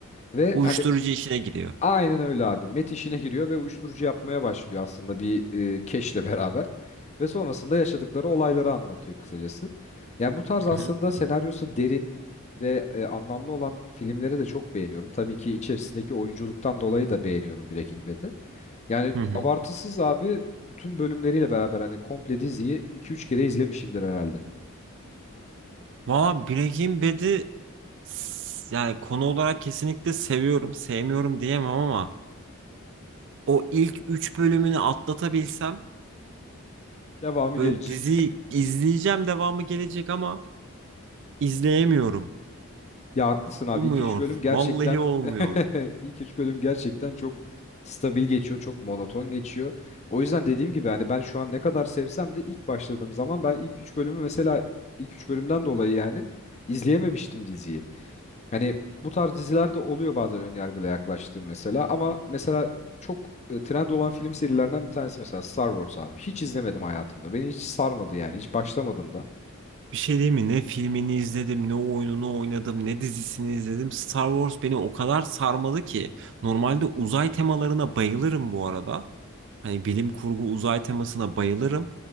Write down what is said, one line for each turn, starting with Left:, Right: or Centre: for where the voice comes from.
Left: Ve
Right: Uyuşturucu
Left: hani
Right: işine giriyor.
Left: aynen öyle abi. Met işine giriyor ve uyuşturucu yapmaya başlıyor aslında bir e, keşle <laughs> beraber. Ve sonrasında yaşadıkları olayları anlatıyor kısacası. Yani bu tarz aslında
Right: Hı hı.
Left: senaryosu derin ve e, anlamlı olan filmleri de çok beğeniyorum. Tabii ki içerisindeki oyunculuktan dolayı da beğeniyorum Breaking Bad'i. Yani
Right: Hı hı.
Left: abartısız abi bütün bölümleriyle beraber hani komple diziyi iki üç kere izlemişimdir herhalde.
Right: Valla Breaking Bad'i s- yani konu olarak kesinlikle seviyorum. Sevmiyorum diyemem ama o ilk 3 bölümünü atlatabilsem
Left: Devamı
Right: böyle
Left: gelecek.
Right: dizi izleyeceğim devamı gelecek ama izleyemiyorum.
Left: Ya haklısın abi
Right: Olmuyor.
Left: iki üç bölüm gerçekten
Right: Vallahi olmuyor.
Left: <laughs> ilk üç bölüm gerçekten çok stabil geçiyor, çok monoton geçiyor. O yüzden dediğim gibi hani ben şu an ne kadar sevsem de ilk başladığım zaman ben ilk üç bölümü mesela ilk 3 bölümden dolayı yani izleyememiştim diziyi. Hani bu tarz dizilerde oluyor bazen ön yargıyla yaklaştığım mesela ama mesela çok e, trend olan film serilerinden bir tanesi mesela Star Wars abi. Hiç izlemedim hayatımda. Beni hiç sarmadı yani. Hiç başlamadım da.
Right: Bir şey diyeyim mi? Ne filmini izledim, ne oyununu oynadım, ne dizisini izledim. Star Wars beni o kadar sarmalı ki. Normalde uzay temalarına bayılırım bu arada. Hani bilim kurgu uzay temasına bayılırım.